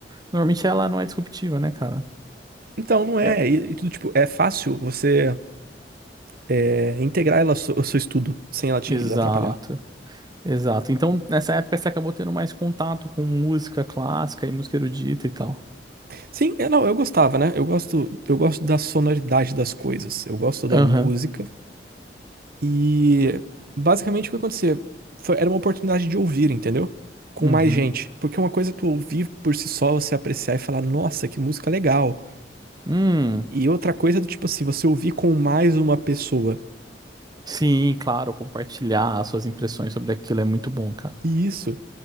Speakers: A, on the right (about 25°); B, on the right (about 55°).
A: Normalmente ela não é disruptiva, né, cara?
B: Então, não é.
A: É.
B: E, e tudo, tipo, é fácil você é, integrar ela ao seu ao seu estudo sem ela te
A: Exato,
B: atrapalhar.
A: exato. Então, nessa época você acabou tendo mais contato com música clássica e música erudita e tal.
B: Sim, é, não, eu gostava, né? Eu gosto, eu gosto da sonoridade das coisas. Eu gosto da
A: Aham.
B: música. E basicamente o que acontecia foi- era uma oportunidade de ouvir, entendeu? Com
A: Uhum.
B: mais gente. Porque uma coisa é tu ouvir por si só, você apreciar e falar, nossa, que música legal.
A: Hum.
B: E outra coisa é do tipo assim, você ouvir com mais uma pessoa.
A: Sim, claro, compartilhar as suas impressões sobre aquilo é muito bom, cara.
B: E isso.